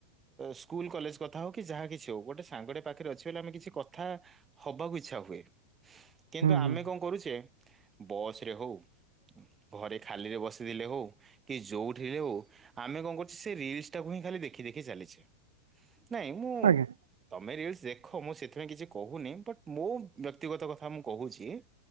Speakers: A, on the right; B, on the right.
A: ସ୍କୁଲ କଲେଜ କଥା ହଉ କି ଯାହା କିଛି ହଉ ଗୋଟେ ସାଙ୍ଗ ପାଖରେ ଅଛି। ତାହେଲେ ଆମେ କିଛି କଥା ହବାକୁ ଇଚ୍ଛା ହୁଏ କିନ୍ତୁ
B: ହୁଁ ହୁଁ
A: ଆମେ କଣ କରୁଛେ। ବସରେ ହଉ ଘରେ ଖାଲିରେ ବସିଥିଲେ ହଉ କି ଯୋଉଠିରେ ହଉ ଆମେ କଣ କରୁଛେ ସେ ରିଲସ ଟାକୁ ହିଁ ଖାଲି ଦେଖି ଦେଖି ଚାଲିଛେ ନାଇଁ ମୁଁ
B: ଆଜ୍ଞା
A: ତମେ ରିଲସ୍ ଦେ। ଦେଖ ମୁଁ ସେଥିପାଇଁ କିଛି କହୁନି ବଟ ମୁୋ ବ୍ୟକ୍ତିଗତ କଥା ମୁଁ କହୁଛି